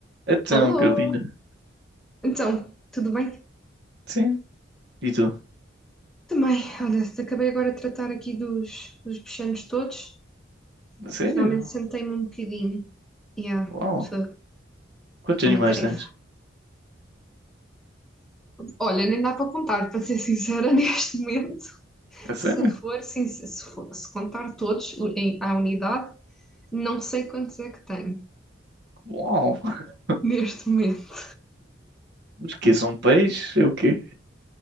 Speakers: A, on the right; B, in the centre.
A: Então,
B: Alô!
A: Carolina.
B: Então, tudo bem?
A: Sim. E tu?
B: Também, olha, acabei agora de tratar aqui dos, dos bichanos todos
A: A sério?
B: e finalmente sentei-me um bocadinho. Yeah,
A: Uau.
B: fogo.
A: Quantos
B: é
A: animais
B: uma tarefa.
A: tens?
B: Olha, nem dá para contar, para ser sincera, <laughs> neste momento.
A: A sério?
B: Se for, sim, se, se for- se contar todos u- em, à unidade, não sei quantos é que tenho
A: Uau. <laughs>
B: neste momento.
A: Mas que são peixes? É o quê?